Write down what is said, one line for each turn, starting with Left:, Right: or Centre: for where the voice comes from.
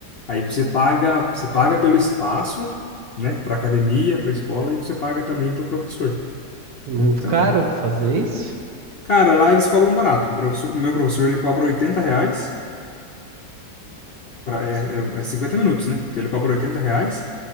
Left: Aí você paga, você paga pelo espaço, né? Pra academia, pra escola, e você paga também pro professor.
Right: Muito
Left: Então,
Right: caro fazer isso?
Left: cara, lá eles cobram barato. O professor, o meu professor, ele cobra 80 reais pra, é, é, é 50 minutos, né? Então ele cobra 80 reais.